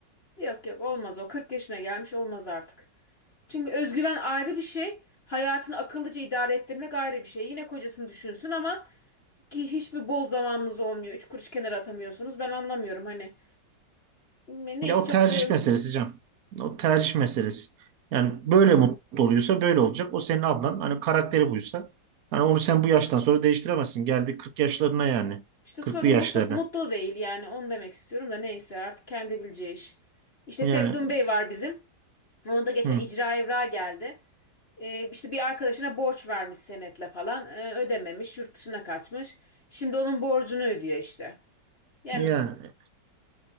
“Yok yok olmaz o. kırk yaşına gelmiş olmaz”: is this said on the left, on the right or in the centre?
Left